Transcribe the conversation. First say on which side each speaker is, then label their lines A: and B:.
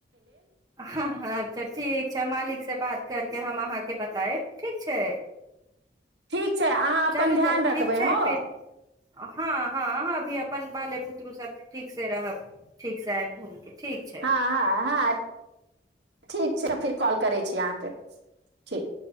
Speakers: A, on the right (about 20°); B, on the right (about 80°).
A: ह अच्छा ठीक छै मालिक से बात करके हम अहाँके बतायब ठीक छै
B: ठीक छै अहाँ अपन
A: चलू
B: ध्यान
A: तब ठीक
B: रखबै
A: छै
B: ह
A: फिर हँ हँ अहाॅं भी अपन बाले पुत्रू सब ठीक ठीक से रहब ठीक से आयब घूम के ठीक छै
B: हँ हँ हँ ठीक छै फेर कॉल करै छी अहाँके ठीक